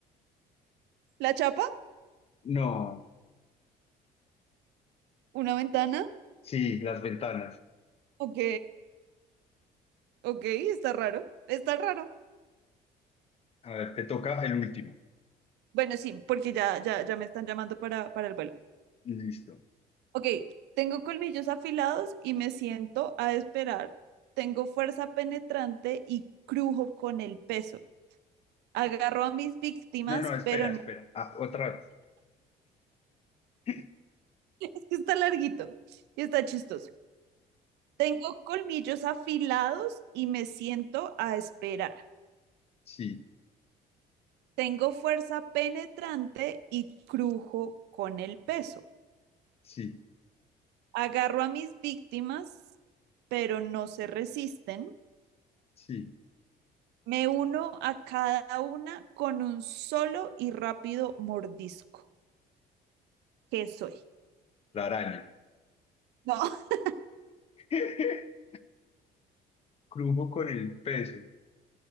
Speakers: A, on the right; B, on the left.
A: ¿La chapa?
B: No.
A: ¿Una ventana?
B: Sí, las ventanas.
A: Ok, ok, está raro. Está raro.
B: A ver, te toca el último.
A: Bueno, sí, porque ya, ya, ya me están llamando para, para el vuelo.
B: Listo.
A: Ok, tengo colmillos afilados y me siento a esperar. Tengo fuerza penetrante y crujo con el peso. Agarro a mis víctimas,
B: No, no, espera,
A: pero
B: espera. Ah, otra vez. <laughs>
A: Es que está larguito y está chistoso. Tengo colmillos afilados y me siento a esperar.
B: Sí,
A: Tengo fuerza penetrante y crujo con el peso.
B: sí,
A: Agarro a mis víctimas, pero no se resisten.
B: sí.
A: Me uno a cada una con un solo y rápido mordisco. ¿Qué soy?
B: La araña.
A: No, <laughs>
B: <laughs> Crujo con el peso.